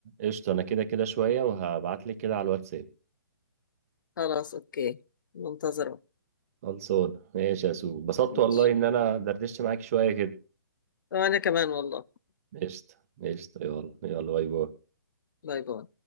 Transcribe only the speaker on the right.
قشطة انا كده كده شوية وهبعتلك كده على الواتساب
خلصانة ماشي يا سو اتبسطت
والله ان انا دردشت معاك شوية كده
قشطة قشطة يلا يلا باي باي